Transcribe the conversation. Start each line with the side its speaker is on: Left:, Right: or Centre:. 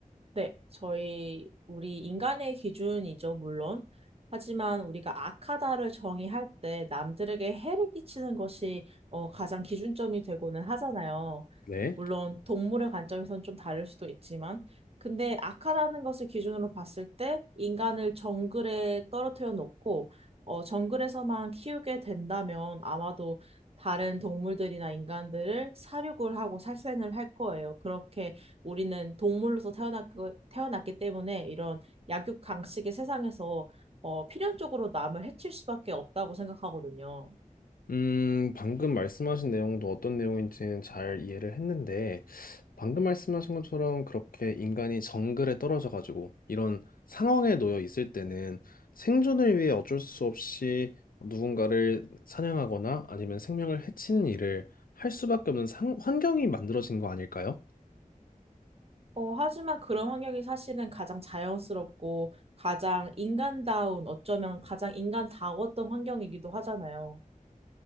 Right: 네, 저희, 우리 인간의 기준이죠, 물론. 하지만 우리가 악하다를 정의할 때 남들에게 해를 끼치는 것이 어, 가장 기준점이 되고는 하잖아요.
Left: 네.
Right: 물론 동물의 관점에서는 좀 다를 수도 있지만, 근데 악하다는 것을 기준으로 봤을 때 인간을 정글에 떨어뜨려 놓고 어, 정글에서만 키우게 된다면 아마도 다른 동물들이나 인간들을 사육을 하고 살생을 할 거예요. 그렇게 우리는 동물로서 태어났고, 태어났기 때문에 이런 약육강식의 세상에서 어, 필연적으로 남을 해칠 수밖에 없다고 생각하거든요.
Left: 음, 방금 말씀하신 내용도 어떤 내용인지는 잘 이해를 했는데, 방금 말씀하신 것처럼 그렇게 인간이 정글에 떨어져가지고 이런 상황에 놓여 있을 때는 생존을 위해 어쩔 수 없이 누군가를 사냥하거나 아니면 생명을 해치는 일을 할 수밖에 없는 상- 환경이 만들어진 거 아닐까요?
Right: 어, 하지만 그런 환경이 사실은 가장 자연스럽고 가장 인간다운, 어쩌면 가장 인간다웠던 환경이기도 하잖아요.